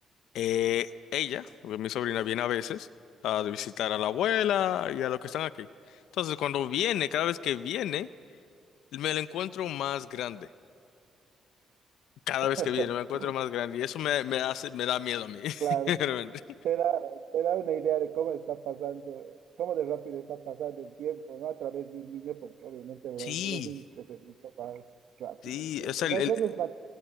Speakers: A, on the left (about 80°); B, on the right (about 75°).
A: eh, ella, mi sobrina, viene a veces a visitar a la abuela y a los que están aquí. Entonces, cuando viene, cada vez que viene, me la encuentro más grande. Cada
B: <laughs>
A: vez que viene me encuentro más grande y eso me, me hace, me da miedo a mí, <laughs>
B: Claro,
A: realmente.
B: te da, te da una idea de cómo está pasando, cómo de rápido está pasando el tiempo, ¿no? A través de un niño, porque obviamente lo-
A: Sí,
B: los niños crecen mucho más rápido,
A: sí,
B: digamos.
A: es
B: O
A: el,
B: sea,
A: el-
B: nosotros